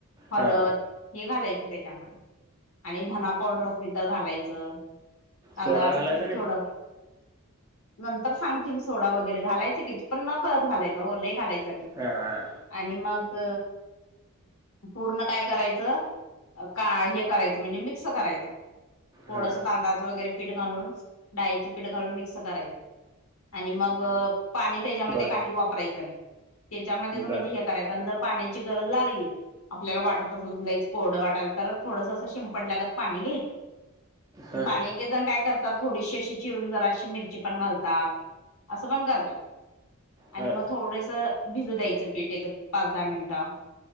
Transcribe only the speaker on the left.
हळद,
हे घालायचं त्याच्यामध्ये आणि धना पावडर असली तर घालायचं. तांदळाचं
पीठ
थोडं नंतर सांगते की, सोडा वगैरे घालायचं की, पण नकळत घालायच ओ लई घालायच च
आणि मग पूर्ण काय करायचं का हे करायचं म्हणजे मिक्स करायचं. थोडस
तांदळाचं वगैरे पीठ घालून डाळीचं पीठ घालून मिक्स करायचं आणि मग पाणी त्याच्यामध्ये
काही वापरायचं नाही. ते च्या मधेच म्हणजे
हे करायचं आणि जर पाण्याची गरज लागली आपल्याला वाटत असेल लईच कोरड वाटाल तर थोडंस असं शिंपडल्यागत पाणी घ्यायचं.
पाणी घेतान काय करतात थोडीशी अशी चिरून जराशी मिरची पण घालतात. असं पण करत्यात. आणि
मग थोडस भिजू द्यायचं पीठ एक पाच दहा मिनिटं.